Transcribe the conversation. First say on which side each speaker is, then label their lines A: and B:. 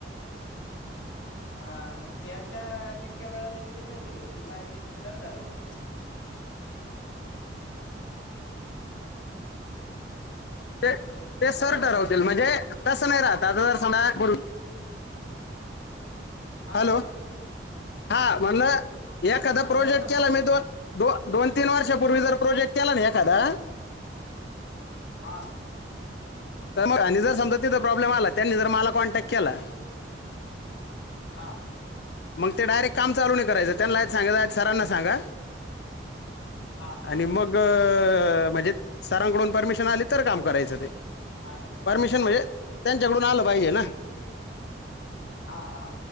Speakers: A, on the left; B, on the left.
A: हा मग त्याच्या तितक्या वेळाचे किती पैसे घ्यायचे काय ते ते सर ठरवतील
B: ते ते सर
A: बरोबर ना
B: ठरवतील म्हणजे तसं नाही राहत आता जर सगा बोल
A: हा
B: हॅलो
A: बोल ना
B: हा म्हणलं एखादा
A: अरे
B: प्रोजेक्ट
A: बोल ना म्हणलं
B: केला
A: बोल
B: मी
A: ना
B: दोनो दोन तीन वर्षापूर्वी जर प्रोजेक्ट केला ना एखादा
A: हा
B: तर मग आणि जर समजा तिथं प्रॉब्लेम आला त्यांनी जर मला कॉन्टॅक्ट केला
A: हा
B: मग ते डायरेक्ट काम चालू नाही करायचं त्यांना सांगा सरांना सांगा
A: हा हा
B: आणि मग म्हणजे सरांकडून परमिशन आली इतर काम करायचं ते
A: आठ हजार
B: परमिशन म्हणजे त्यांच्याकडून आलं पाहिजे ना
A: हा हा